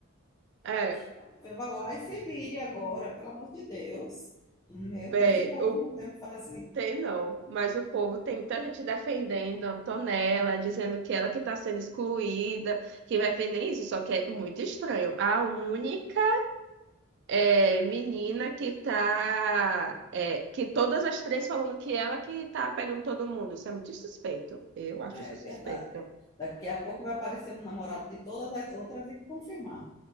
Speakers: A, on the right (about 55°); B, on the left (about 15°).
A: É,
B: Ó, meu filho, lá e se vire agora, pelo amor de Deus. Meu
A: bem,
B: Deus, esse povo
A: o,
B: não tem o que fazer.
A: tem não, mas o povo tem muita gente defendendo a Antonella, dizendo que ela que tá sendo excluída, que vai ver nem isso, só que é muito estranho. A única é, menina que tá, é, que todas as três falando que ela que tá pegando todo mundo, isso é muito suspeito. Eu acho
B: É
A: isso
B: verdade.
A: suspeito.
B: é. Daqui a pouco vai aparecer o namorado de todas as outras e confirmar.